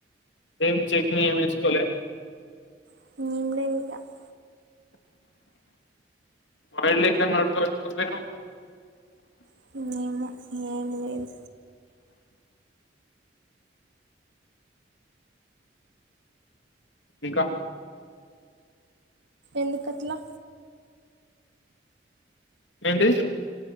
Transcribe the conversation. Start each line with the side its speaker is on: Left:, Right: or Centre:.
Left: ఏం చట్నీ ఏమి ఏసుకోవలే
Right: <unintelligible>
Left: బాయిల్డ్ ఎగ్ అన్న ఉడక పెట్టుకోకపోయినా
Right: <unintelligible> ఏం లేదు
Left: ఇంక
Right: ఎందుకట్ల
Left: ఏంటి